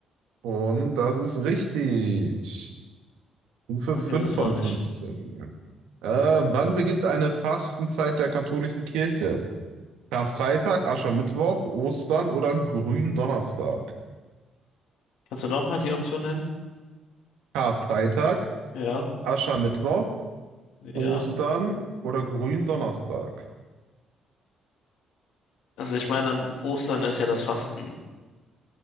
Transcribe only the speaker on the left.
Okay,
das
freut mich.
Kannst du nochmal die Option nennen?
Ja,
ja.
Also ich meine, an Ostern ist ja das Fastenbrechen,